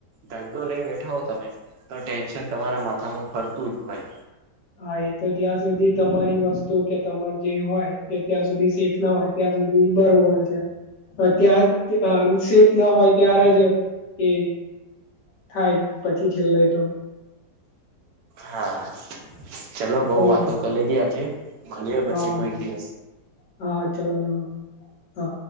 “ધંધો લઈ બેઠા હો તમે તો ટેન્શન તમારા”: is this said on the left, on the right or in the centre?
Right